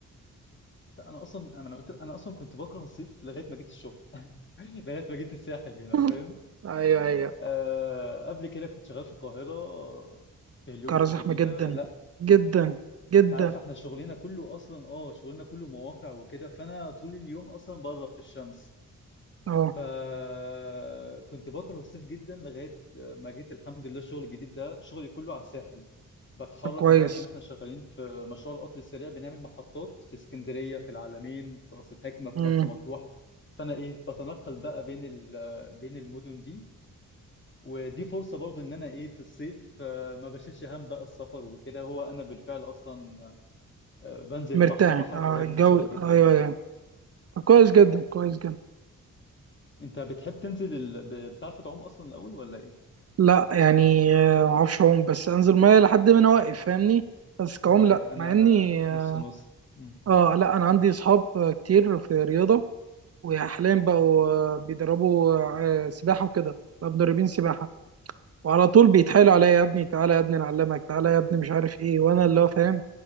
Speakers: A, on the left; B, on the right.
A: لا، انا اصلا انا قلت انا اصلا كنت بكره الصيف لغايه ما جيت الشغل <laughs> لغايه ما جيت الساحل هنا
B: <laughs>
A: فاهم
B: ايوه ايوه
A: آه، قبل كده كنت شغال في القاهرة آه، في هليوبس
B: القاهره زحمه
A: الجديدة
B: جدا
A: لا
B: جدا جدا
A: انت عارف احنا شغلنا كله اصلا اه شغلنا كله مواقع وكده فانا طول اليوم اصلا بره في الشمس
B: اه
A: فكنت بكره الصيف جدا لغاية ما جيت الحمد لله الشغل الجديد ده شغلي كله على الساحل بتحرك
B: طب كويس
A: انت عارف ان احنا شغالين في مشروع القطر السريع بنعمل محطات في اسكندرية في العلمين في راس الحكمة في
B: مم.
A: مرسى مطروح فانا ايه بتنقل بقى بين ال- بين المدن دي ودي فرصة برضو ان انا ايه في الصيف آه، ما بشيلش هم بقى السفر وكده هو انا بالفعل اصلا آه، بنزل البحر
B: مرتاح
A: البحر
B: اه
A: قريب
B: الجو
A: من الشغل
B: ايوه
A: جدا يعني
B: ايوه طب كويس جدا كويس جدا
A: انت بتحب تنزل ال... ب- بتعرف تعوم اصلا الاول ولا ايه
B: لا يعني آه، ما اعرفش اعوم بس انزل ميه لحد ما انا واقف فاهمني بس كعوم
A: ازاي
B: لا
A: انا
B: مع اني
A: انا نص
B: اه
A: نص مم.
B: آه، لا انا عندي اصحاب آه، كتير في رياضه وحاليا بقوا آه، بيدربوا آه، سباحه وكده بقوا مدربين سباحه وعلى طول بيتحايلوا عليا يا ابني تعالى يا ابني نعلمك تعالى يا ابني مش عارف ايه وانا اللي هو فاهم